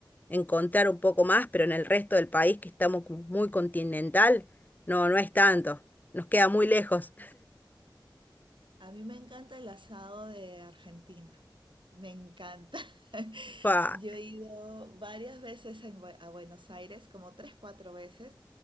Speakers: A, on the left; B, on the right.
A: encontrar un poco más, pero en el resto del país que estamos como muy continental, no, no es tanto. Nos queda muy lejos.
B: A mí me encanta el asado de Argentina. Me encanta. <laughs>
A: Fa.
B: Yo he ido varias veces en Bue- a Buenos Aires, como tres, cuatro veces,